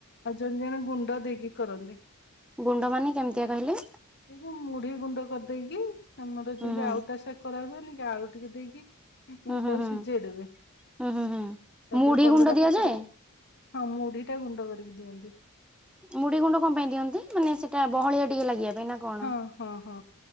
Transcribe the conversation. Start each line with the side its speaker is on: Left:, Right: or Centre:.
Left: ଆଉ ଜଣେ ଜଣେ ଗୁଣ୍ଡ ଦେଇକି କରନ୍ତି।
Centre: ଗୁଣ୍ଡ ମାନେ କେମିତିଆ କହିଲେ
Left: ଏ ଯୋଉ ମୁଢି ଗୁଣ୍ଡ କରି ଦେଇକି ଆମର ଯେମିତି
Centre: ହୁଁ ହୁଁ
Left: ଆଉଟା ସେ କରା ହୁଏନି କି ଆଳୁ ଟିକେ ଦେଇକି ହଁ
Centre: ହୁଁ ହୁଁ
Left: ତାକୁ
Centre: ହୁଁ
Left: ସିଝେଇଦବେ
Centre: ହୁଁ ହୁଁ ହୁଁ
Left: ତାପରେ
Centre: ମୁଢି
Left: କଲରା
Centre: ଗୁଣ୍ଡ ଦିଆଯାଏ?
Left: ପତ୍ର ହଁ ମୁଢିଟା ଗୁଣ୍ଡ କରିକି ଦିଅନ୍ତି।
Centre: ମୁଢି ଗୁଣ୍ଡ କଣ ପାଇଁ ଦିଅନ୍ତି? ମାନେ ସେଇଟା ବହଳିଆ ଟିକେ ଲାଗିବା ପାଇଁ ନା କଣ?
Left: ହଁ ହଁ ହଁ